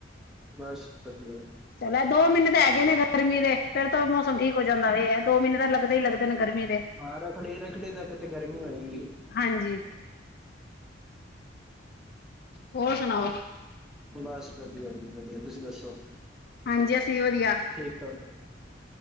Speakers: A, in the centre; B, on the left (about 55°).
A: ਬਸ ਵਧੀਆ।
B: ਚਲੋ ਦੋ ਮਹੀਨੇ ਤਾਂ ਹੈਗੇ ਨੇ ਗਰਮੀ ਦੇ ਫੇਰ ਤਾਂ ਮੌਸਮ ਠੀਕ ਹੋ ਜਾਂਦਾ ਏ ਐਹ ਦੋ ਮਹੀਨੇ ਤਾਂ ਲੱਗਦੇ ਈ ਲੱਗਦੇ ਨੇ ਗਰਮੀ ਦੇ
A: ਹਾਂ ਰੱਖੜੀ ਰੱਖੜੀ ਤੱਕ ਤੇ ਗਰਮੀ ਹੋਏਗੀ।
B: ਹਾਂਜੀ। ਹੋਰ ਸੁਣਾਓ?
A: ਬਸ ਵਧੀਆ ਜੀ ਵਧੀਆ। ਤੁਸੀਂ ਦੱਸੋ?
B: ਹਾਂਜੀ ਅਸੀਂ ਵੀ ਵਧੀਆ।
A: ਠੀਕ ਠਾਕ